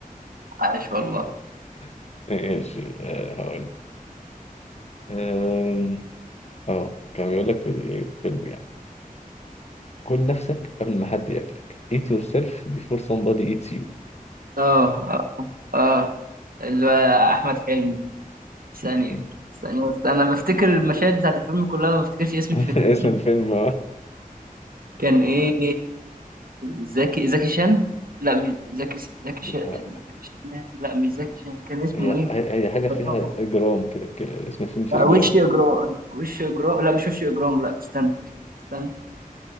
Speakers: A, on the right (about 75°); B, on the left (about 45°).
A: عاش والله
B: <laughs> ماشي آه، هقول آم، اه كان بيقول لك في ايه في فيلم يعني كل نفسك قبل ما حد ياكلك eat yourself before somebody eats you
A: اه اه اللي هو احمد حلمي ثانيه
B: مم.
A: ثانيه بس انا بفتكر المشاهد بتاعت الفيلم كلها ما بفتكرش اسم
B: <laughs>
A: الفيلم
B: اسم الفيلم
A: <laughs> كان ايه زكي زكي شان لا مش زكي زكي شان
B: آه.
A: زكي شان لا مش زكي شان كان اسمه
B: هي
A: ايه
B: هي حاجة فيها
A: بتلخبط
B: إجرام كده ك- اسم الفيلم فيه
A: لا
B: إجرام
A: وش اجرام وش اجرام لا مش وش اجرام لا استنى استنى